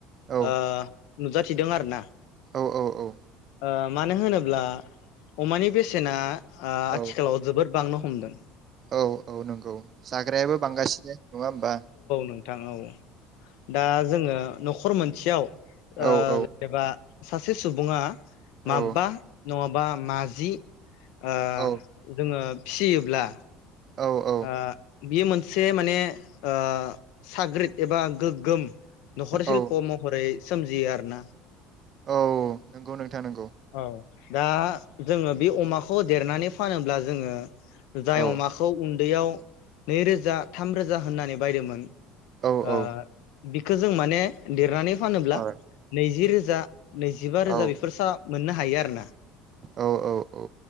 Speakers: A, on the right; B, on the left.
A: औ
B: ओ नुजाथिदों आरो ना
A: औ औ औ
B: ओ मानो होनोब्ला अमानि बेसेना ओ आथिखालाव
A: औ
B: जोबोद बांनो हमदों।
A: औ औ नंगौ जाग्रायाबो बांगासिनो नङा होमबा
B: नोंथां थां औ औ दा जोङो नखर मोनसेयाव ओ
A: औ औ
B: जेनेबा सासे सुबुङा माबा
A: औ
B: नङाबा माजि ओ
A: औ
B: जोङो फिसियोब्ला
A: औ औ
B: ओ बियो मोनसे माने ओ साग्रिद एबा गोगोम नखर सिल्प
A: औ
B: महरै सोमजियो आ रो ना
A: औ नंगौ नोंथां नंगौ
B: औ दा जोङो बे अमाखौ देरनानै फानोब्ला जोङो। जाय
A: औ
B: अमाखौ उन्दैयाव नै रोजा थाम रोजा होननानै बायदोंमोन।
A: औ
B: आ
A: औ
B: बि खौ जों माने देरनानै फानोब्ला
A: औ
B: नैजि रोजा नैजिबा
A: औ
B: रोजा बेफोर सा मोननो हायो आरो ना।
A: औ औ औ